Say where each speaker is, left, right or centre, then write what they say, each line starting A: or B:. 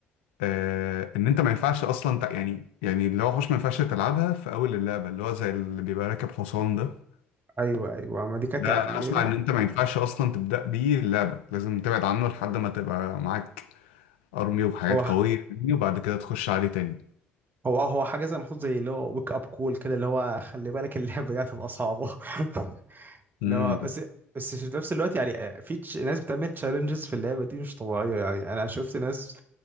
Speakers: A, on the left; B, on the right.
A: آه ان انت ما ينفعش اصلا تع... يعني يعني اللي هو وحوش ما ينفعش تلعبها في اول اللعبه اللي هو زي اللي بيبقى راكب حصان ده
B: ايوه ايوه ما دي كانت
A: ده انا
B: ما دي
A: اسمع
B: كانت
A: ان انت ما ينفعش اصلا تبدا بيه اللعبه لازم تبعد عنه لحد ما تبقى معاك ارمي وحاجات
B: هو
A: قويه يعني وبعد كده تخش عليه تاني
B: هو هو حاجه زي محطوط زي اللي هو ويك اب كول كده اللي هو خلي بالك اللعبه دي هتبقى صعبه <laughs>
A: امم
B: اللي هو بس بس في نفس الوقت يعني آه، في تش- ناس بتعمل تشالنجز في اللعبه دي مش طبيعيه يعني انا شفت ناس